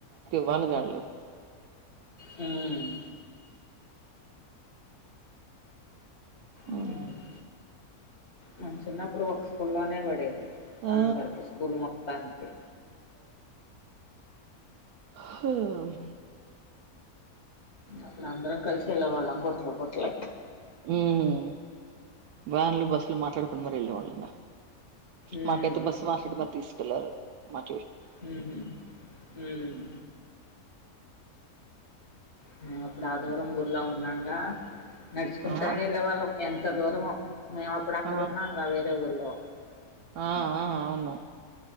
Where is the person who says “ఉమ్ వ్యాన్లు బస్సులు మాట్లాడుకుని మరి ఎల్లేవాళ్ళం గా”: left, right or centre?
Right